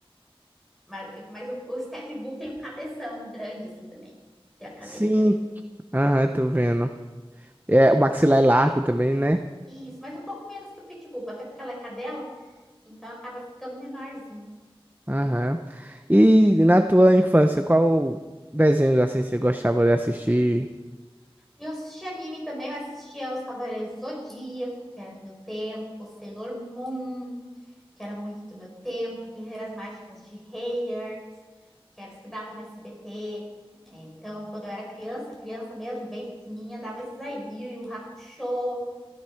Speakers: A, in the centre; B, on the right (about 20°).
A: Mas, mas o, o Steph Bull tem um cabeção grande, assim, também. Tem a cabeça
B: Sim,
A: grande.
B: aham, tô vendo. É, o maxilar é largo também, né?
A: Isso, mas um pouco menos que o Pitbull, até porque ela é cadela, então acaba ficando menorzinho.
B: Aham. E na tua infância, qual desenhos assim você gostava de assistir?
A: Eu assistia anime também, mas assistia Os Cavaleiros do Zodíaco, que era do meu tempo, Sailor Moon, que era muito do meu tempo, Guerreiras Mágicas de Heyer, que eram as que davam no SBT. É, então, quando eu era criança, criança mesmo, bem pequenininha, dava esses aí, né? Yu Yu Hakusho.